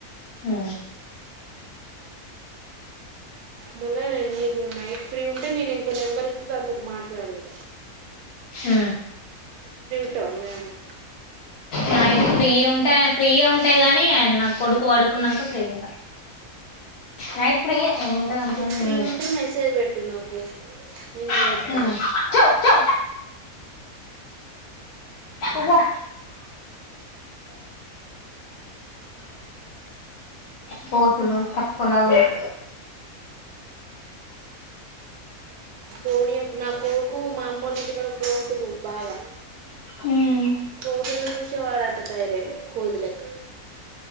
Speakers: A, on the left; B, on the right.
A: హు
B: మళ్ళా నే నీకు నైట్ ఫ్రీ ఉంటే నేను ఇంకో నెంబర్ ఇత్తి దాన్నితోటి మాట్లాడును
A: హూ
B: ట నువ్వైనా
A: నైట్ ఫ్రీ ఉంటే ఫ్రీయ ఉంటాయ్, గాని నా కొడుకు వడుక్ ఉన్నాంక ఫ్రీ ఉంటా నైట్ ఫ్రీయే ఏముంటది అంతగానం
B: నువ్వు ఫ్రీ
A: ఏం
B: ఉంటే మెసేజ్ పెట్టు నాకు, నేన్ జేత్త
A: ఉండదు చో చో ఒహు పోతులు, తకువలావున్నయ్
B: పొని నా కోరుకు మా అమ్మోలింటి కాడా కోతులు బాగా,
A: ఉమ్
B: కోతుల్ని చూసి వాడట తయారయిండు కోదిలెక్క